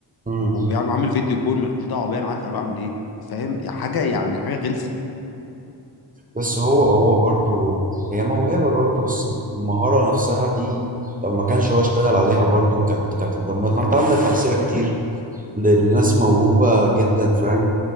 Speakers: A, on the right (about 20°); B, on the left (about 60°).
A: مم.
B: وبيعمل عامل فيديو كول مالكوش دعوه بيا انا عارف انا بعمل ايه فاهم يا حاجه يعني حاجه غلسه
A: بس هو هو برضه هي موهبه برضه بس المهاره نفسها دي لو ما كانش هو اشتغل عليها برضه كانت كانت اتدمرت ما انت عندك امثله كتير للناس موهوبه جدا فاهم